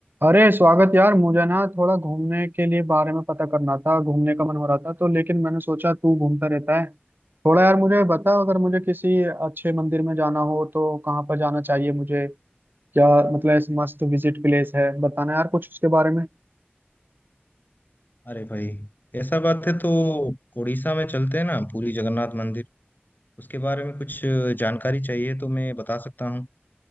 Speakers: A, on the right; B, on the left.
A: अरे स्वागत यार मुझे ना थोड़ा घूमने के लिए बारे में पता करना था घूमने का मन हो रहा था तो लेकिन मैंने सोचा तू घूमता रहता है थोड़ा यार मुझे बता अगर मुझे किसी अच्छे मंदिर में जाना हो तो कहाँ पर जाना चाहिए मुझे क्या मतलब ऐसे मस्त विजिट प्लेस है बताना यार कुछ उसके बारे में
B: अरे भाई ऐसा बात है तो उड़ीसा में चलते हैं ना पुरी जगन्नाथ मंदिर उसके बारे में कुछ जानकारी चाहिए तो मैं बता सकता हूँ